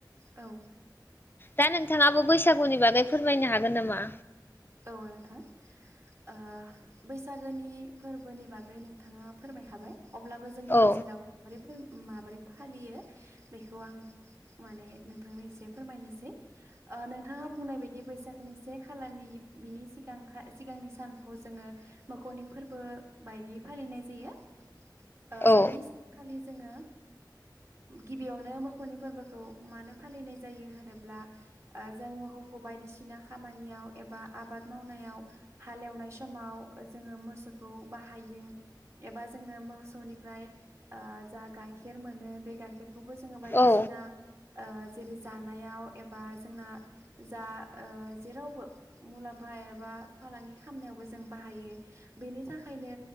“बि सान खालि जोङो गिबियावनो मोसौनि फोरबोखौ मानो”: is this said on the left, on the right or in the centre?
Right